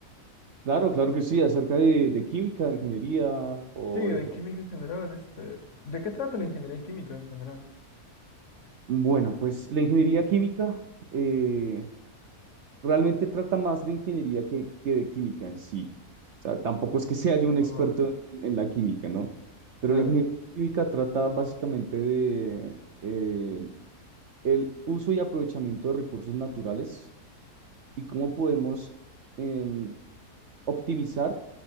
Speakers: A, on the right (about 60°); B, on the left (about 55°).
A: Claro, claro que sí, acerca de, de química, de ingeniería o
B: Sí, de
A: de qué.
B: química en general, este, ¿de qué trata la ingeniería química en general?
A: Bueno, pues la ingeniería química eh, realmente trata más de ingeniería que, que de química en sí. O sea, tampoco es que sea yo un experto
B: Oh,
A: en, en la química, ¿no? Pero
B: claro,
A: la ingeniería química trata básicamente de eh, el uso y aprovechamiento de recursos naturales y cómo podemos em, optimizar